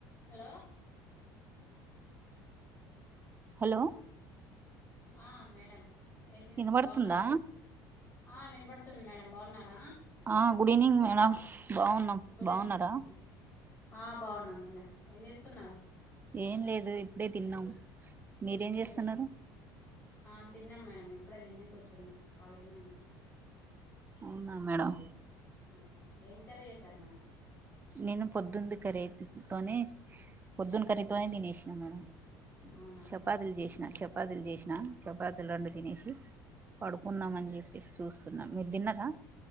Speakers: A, on the left; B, on the right.
A: hello
B: hello
A: ఆ madam ఏం చే
B: వినబడుతుందా
A: బాగున్నారా ఆ వినపడుతుంది మేడం బాగున్నారా
B: ఆ గుడ్ ఈవనింగ్ మేడం బాగున్నాం
A: గుడ్
B: బాగున్నారా
A: ఈవినింగ్ ఆ బాగున్నాం మేడం ఏం చేస్తున్నారు
B: ఏం లేదు ఇప్పుడే తిన్నాం మీరేం చేస్తున్నారు
A: ఏం ఆ తిన్నాం మేడం ఇప్పుడే తిని కూర్చున్నా ఖాళీనే ఉంది
B: అవునా మేడం
A: ఆ ఏం కర్రీ చేసార్ మేడం
B: నేను పొద్దున్న కరీతోనే పొద్దున్న కఖర్రీతోనే దినేష్ మేడం
A: అవునా
B: చపాతలు చేసినా చ చపాతీలు చేసినా చపాతీలు రెండు తినేసి పడుకుందాం అని చెప్పేసి చూ న్నా మీరు తిన్నారా